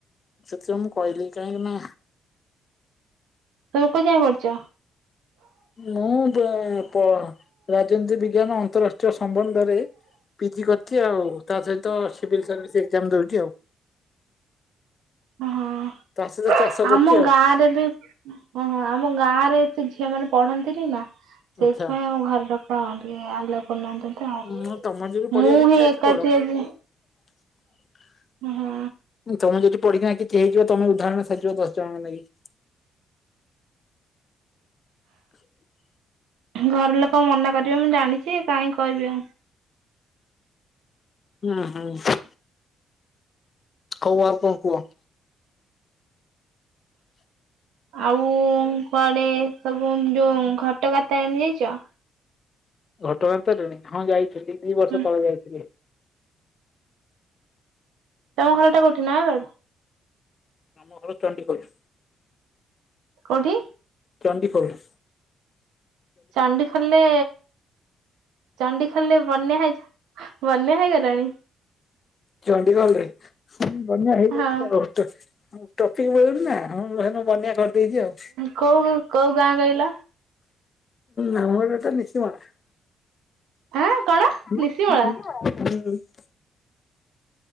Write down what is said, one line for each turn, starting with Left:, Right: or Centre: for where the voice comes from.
Left: ସେଥିପାଇଁ ମୁଁ କହିଲି କାହିଁକି ନା
Right: ତମେ କୋଉ ଯାଏ ପଡ଼ିଛ।
Left: ମୁଁ ବ ପ ରାଜନୀତି ବିଗ୍ ବିଜ୍ଞାନ ଅନ୍ତରାଷ୍ଟ୍ରୀୟ ସମ୍ବନ୍ଧରେ ପିଜି କରିଛି ଆଉ। ତା ସହିତ ସିଭିଲ୍ ସର୍ଭିସ ଏକ୍ସାମ ଦଉଛି ଆଉ।
Right: ହଁ।
Left: ତା ସହିତ ଚାଷ କରୁଛି
Right: ଆମ
Left: ଆଉ
Right: ଗାଁ ରେ ବି ଓ ହ ଆମ ଗାଁରେ ଏତେ ଝିଅ ମାନେ ପଢନ୍ତିନି ନା। ସେଇଥିପାଇଁ
Left: ଆଚ୍ଛା।
Right: ଆମ ଘରଲୋକ ଟିକେ ଆଲଉ କରିନାହନ୍ତି ତ ଆଉ।
Left: ହୁଁ ତମର ଯଦି ପଢିବାକୁ
Right: ମୁଁ
Left: ଇଚ୍ଛା
Right: ହିଁ
Left: ଅଛି
Right: ଏକାଠି
Left: ପଢ।
Right: ଅଛି।
Left: <inaudible>
Right: ହୁଁ ହୁଁ।
Left: ତମେ ଯଦି ପଢି କିଛି ହେଇଯିବ ତମେ ଉଦାରଣ ସାଯିବ ଦଶ ଜଣଙ୍କ ନେଇକି। <inaudible>
Right: ଘର ଲୋକ ମନା କରିବେ ମୁଁ ଜାଣିଛି କାଇଁ କହିବି ଆଉ।
Left: ହୁଁ ହୁଁ। ହଉ ଆଉ କଣ କୁହ। <inaudible>
Right: ଆଉ କୁଆଡେ ସବୁ ଯୋଉ ଘଟଗାଁ ତାରିଣୀ ଯାଇଛ।
Left: ଘଟଣା ତାରିଣୀ ହଁ ଯାଇଥିଲି ଦିବର୍ଷ
Right: ହୁଁ
Left: ତଳେ ଯାଇଥିଲି।
Right: ତମ ଘର ଟା କୋଠି ନୟାଗଡ
Left: ଆମ ଘର ଚଣ୍ଡିଖୋଲ।
Right: କଉଠି?
Left: ଚଣ୍ଡିଖୋଲ।
Right: ଚଣ୍ଡିଖୋଲ ଚଣ୍ଡିଖୋଲେ ବନ୍ୟା ହେଇ ବନ୍ୟା ହେଇଗଲାଣି।
Left: ଚଣ୍ଡିଗୋଲରେ ବନ୍ୟା ହେଇଯାଇଛି
Right: ହଁ
Left: ଆଉ। ଟପିକ ମିଳୁନି ନା ହଁ ସେ ବନ୍ୟାକରି ଦେଇଚି ଆଉ
Right: କୋଉ କୋଉ ଗାଁ କହିଲ
Left: ମାମୁଘର ତ ନିଖିମାଳା। <unintelligible>
Right: ଆଁ କଣ
Left: <inaudible>
Right: ନିଶିମଳା?